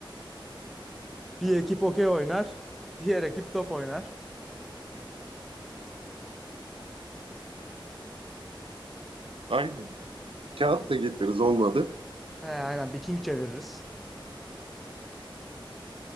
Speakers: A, in the centre; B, on the right.
A: Bir ekip okey oynar, diğer ekip top oynar.
B: Aynen. Kağıt da getiririz olmadı.
A: He, aynen bir king çeviririz.